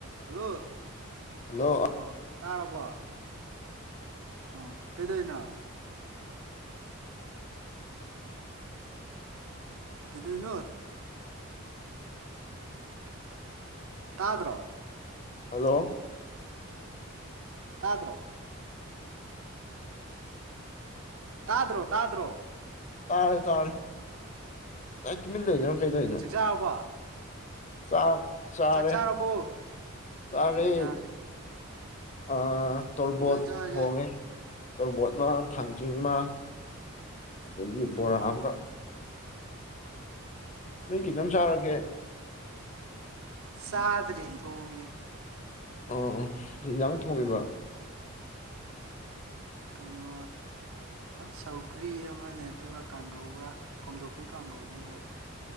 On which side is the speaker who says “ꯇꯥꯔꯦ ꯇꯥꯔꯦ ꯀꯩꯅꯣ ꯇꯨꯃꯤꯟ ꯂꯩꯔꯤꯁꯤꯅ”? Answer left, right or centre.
Left